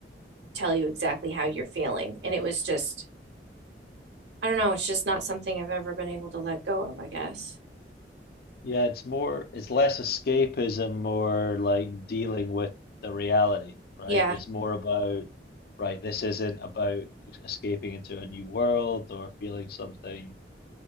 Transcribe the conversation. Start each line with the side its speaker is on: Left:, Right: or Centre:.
Right: tell you exactly how you're feeling. And it was just, I don't know, it's just not something I've ever been able to let go of, I guess.
Left: Yeah, it's more, it's less escapism, more like dealing with the reality, right?
Right: Yeah,
Left: It's more about, right, this isn't about escaping into a new world or feeling something